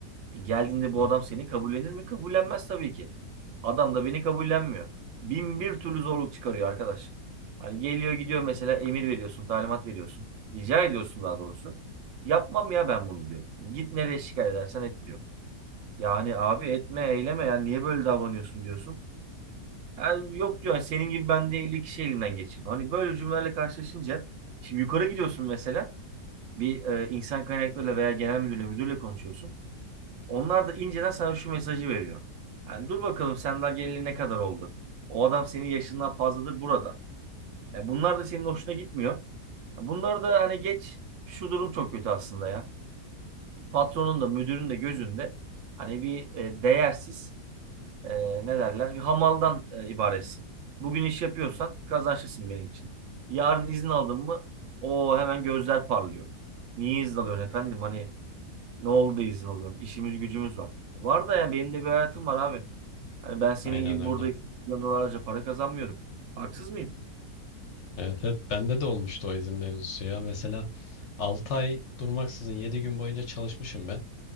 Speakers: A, on the right (about 65°); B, on the left (about 60°).
A: Geldiğinde bu
B: hı,
A: adam seni kabullenir mi? Kabullenmez tabii ki. Adam da beni kabullenmiyor. Bin bir türlü zorluk çıkarıyor arkadaş. Hani geliyor gidiyor mesela emir veriyorsun, talimat veriyorsun. Rica ediyorsun daha doğrusu. Yapmam ya ben bunu diyor. Git nereye şikayet edersen et diyor. Yani abi etme eyleme ya niye böyle davranıyorsun diyorsun. Yani yok diyor yani senin gibi ben de 50 kişi elimden geçirdim. Hani böyle cümlelerle karşılaşınca şimdi yukarı gidiyorsun mesela bir e, insan kaynaklarıyla veya genel müdürle müdürle konuşuyorsun. Onlar da inceden sana şu mesajı veriyor. Yani dur bakalım sen daha geleli ne kadar oldu? O adam senin yaşından fazladır burada. Ya bunlar da senin hoşuna gitmiyor. Ya Bunlar da hani geç şu durum çok kötü aslında ya. Patronun da müdürün de gözünde hani bir e, değersiz e, ne derler bir hamaldan e, ibaretsin. Bugün iş yapıyorsan kazançlısın benim için. Yarın izin aldın mı o hemen gözler parlıyor. Niye izin alıyorsun efendim? Hani ne oldu da izin alıyorum? İşimiz gücümüz var. Var da yani benim de bir hayatım var abi. Hani ben senin
B: aynen
A: gibi
B: öyle.
A: burada milyonlarca para kazanmıyorum. Haksız mıyım?
B: Evet, evet bende de olmuştu o izin mevzusu ya. Mesela 6 ay durmaksızın 7 gün boyunca çalışmışım ben